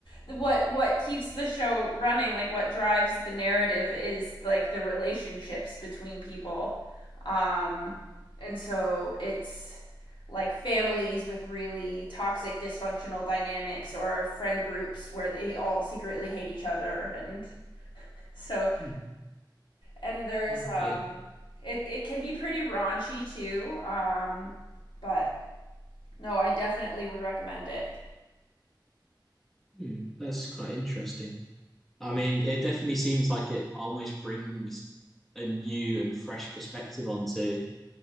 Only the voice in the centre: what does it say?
Mm.
Wow.
It,
mm, that's quite interesting. I mean, it definitely seems like it almost brings a new and fresh perspective onto